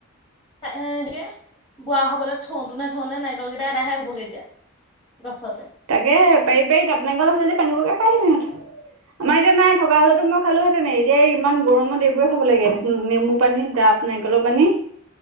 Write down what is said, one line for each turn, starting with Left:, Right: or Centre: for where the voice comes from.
Left: এ-বোৱা হ'বলে থওঁতোনে, থওঁতে নাৰিকলকেইটা এদাইহে হ'বগে এতিয়া গছতে।
Right: তাকে পাৰি পাৰি দাপ নাৰিকল আছে যদি পানীবোৰকে খাই দিছে সিহঁত। আমাৰ এতিয়া নাই থকা হ'লেটো মই খালো হেঁতেন। এতিয়া ইমান গৰমত এইবোৰে খাব লাগে নেমু পানী, ডাপ নাৰিকলৰ পানী।